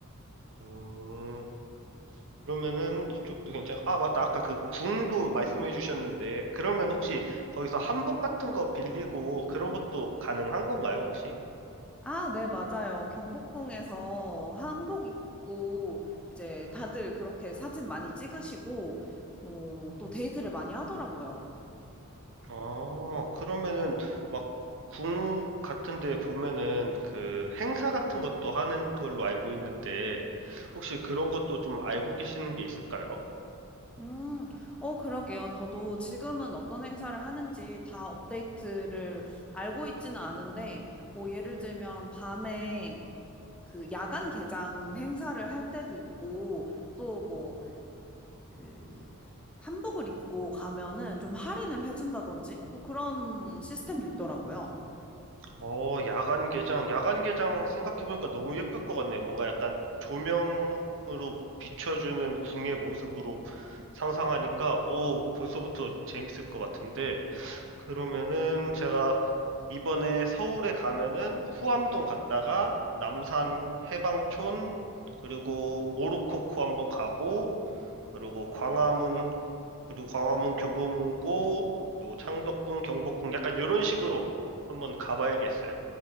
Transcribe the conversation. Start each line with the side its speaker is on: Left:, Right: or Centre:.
Right: 음, 그러면은 이쪽도 괜찮, 아, 맞다. 아까 그 궁도 말씀해 주셨는데, 그러면 혹시 거기서 한복 같은 거 빌리고 그런 것도 가능한 건가요, 혹시?
Centre: 아, 네, 맞아요. 경복궁에서 한복 입고 이제 다들 그렇게 사진 많이 찍으시고, 어, 또 데이트를 많이 하더라고요.
Right: 아, 그러면은 막 궁 같은 데 보면은 그 행사 같은 것도 하는 걸로 알고 있는데 혹시 그런 것도 좀 알고 계시는 게 있을까요?
Centre: 음, 어, 그러게요. 저도 지금은 어떤 행사를 하는지 다 업데이트를 알고 있지는 않은데, 뭐, 예를 들면, 밤에 그 야간 개장 행사를 할 때도 있고, 또 뭐, 그, 한복을 입고 가면은 좀 할인을 해준다든지, 또 그런 시스템도 있더라고요.
Right: 어, 야간 개장. 야간 개장 생각해보니까 너무 예쁠 것 같네요. 뭔가 약간 조명으로 비춰주는 궁의 모습으로 상상하니까, 오, 벌써부터 재밌을 것 같은데. 그러면은 제가 이번에 서울에 가면은 후암동 갔다가 남산 해방촌 그리고 모로코코 한번 가고 그리고 광화문 그리고 광화문 교보문고 그리고 창덕궁 경복궁 약간 이런 식으로 한번 가봐야겠어요.